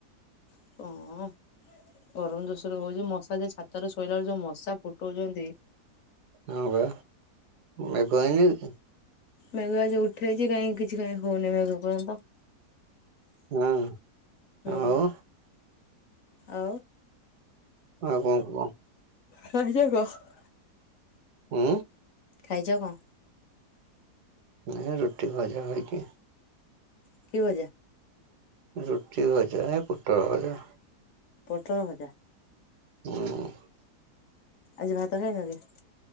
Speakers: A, on the left (about 55°); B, on the right (about 75°).
A: <unintelligible> ଗରମ ଜୋରସୋରରେ ହଉଛି। ମଶା, ଯୋଉ ଛାତରେ ଶୋଇଲା ବେଳେ ଯୋଉ ମଶା ଫୁଟଉଛନ୍ତି।
B: ହଁ, ବା, ମେଘ ହେଇନି?
A: ମେଘ ଆଜି ଉଠେଇଛି, କାଇଁ କିଛି କାଇଁ ହଉନି, ମେଘ ଏପର୍ଯ୍ୟନ୍ତ।
B: ହଁ।
A: ହୁଁ,
B: ଆଉ
A: ଆଉ।
B: ଆଉ କଣ କୁହ?
A: <unintelligible>
B: ହୁଁ
A: ଖାଇଛ କଣ?
B: ଏଁ ରୁଟି ଭଜା ଖାଇଛି।
A: ରୁଟି ଭଜା?
B: ରୁଟି ଭଜା, ପୋଟଳ ଭଜା।
A: ପୋଟଳ ଭଜା?
B: ହୁଁ।
A: ଆଜି ଭାତ ଖାଇନ କି?